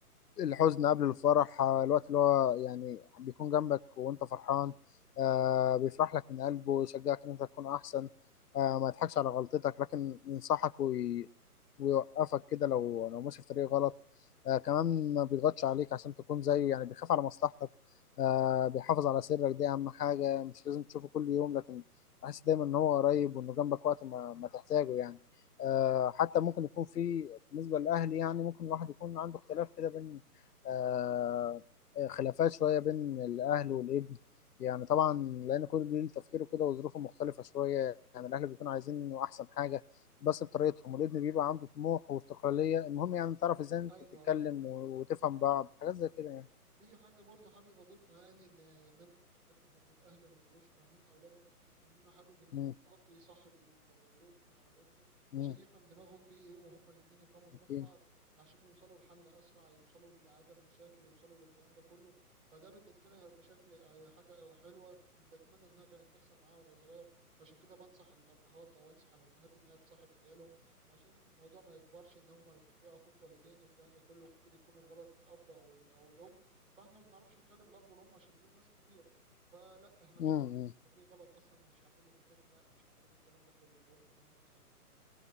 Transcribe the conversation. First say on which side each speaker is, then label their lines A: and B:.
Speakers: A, on the left; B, on the right.
A: الحزن قبل الفرح آه، الوقت اللي هو يعني بيكون جنبك وانت فرحان آه، بيفرح لك من قلبه يشجعك ان انت تكون احسن آه، ما يضحكش على غلطتك لكن ينصحك وي... ويوقفك كده لو لو ماشي في طريق غلط آه، كمان ما بيضغطش عليك عشان تكون زيه يعني بيخاف على مصلحتك آه، بيحافظ على سرك دي اهم حاجة مش لازم تشوفه كل يوم لكن تحس دايما ان هو قريب وانه جنبك وقت ما, ما تحتاجه يعني آه، حتى ممكن يكون في بالنسبة للأهل يعني ممكن الواحد يكون عنده اختلاف كده بين آه، خلافات شوية بين الأهل والابن يعني طبعا لأن كل جيل تفكيره كده وظروفه مختلفة شوية يعني الأهل بيكونوا عايزين إنه أحسن حاجة بس بطريقتهم والابن بيبقى عنده طموح واستقلالية المهم يعني تعرف إزاي أنت
B: ايوه
A: تتكلم
B: ايوه
A: و- وتفهم بعض حاجات زي كده يعني
B: في حاجة برضه حابب أضيفها يعني إن إن أنا في حتة إن الأهل ما بيبقوش فاهمين أولادهم إن أنا حابب إن
A: مم،
B: الأب يصاحب ال- الابن أو الابنة
A: مم،
B: عشان يفهم دماغهم في إيه وهما الاتنين يفهموا دماغ
A: أكيد.
B: بعض عشان يوصلوا لحل أسرع يوصلوا لعدم مشاكل يوصلوا للكلام ده كله فده بالنسبة لي هيبقى شكل هي حاجة حلوة بتمنى إنها كانت تحصل معايا وأنا صغير فعشان كده بنصح الأبهات أو أنصح الأمهات إنها تصاحب عيالهم عشان الموضوع ما يكبرش إن هما يبقى فيه عقوق والدين والكلام ده كله ممكن يكون الغلط من الأب أو ال- أو الأم فاحنا ما بنعرفش نكلم الاب والام عشان دول ناس كبيره فلا احنا مش
A: مم،
B: حابين يبقى في غلط اصلا ومش حابين يبقى في خناق ومش حابين الكلام ده كله لو انت فاهمني يعني